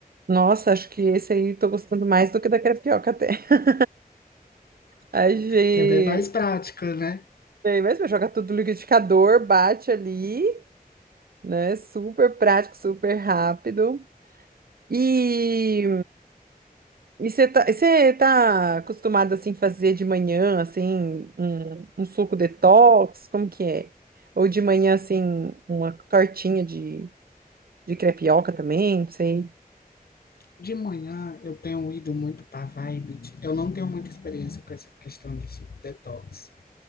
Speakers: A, on the right (about 75°); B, on the left (about 75°).
A: Nossa, acho que esse aí tô gostando mais do que da crepioca até. <laughs> Achei.
B: Quer ver mais prática, né?
A: Bem, mas joga tudo no liquidificador, bate ali. né? Super prático, super rápido. E e você tá, você tá acostumado assim fazer de manhã assim um, um suco detox, como que é? Ou de manhã assim uma tortinha de, de crepioca também, não sei.
B: De manhã eu tenho ido muito para vibe. de- Eu não tenho muita experiência com essa questão de suco detox,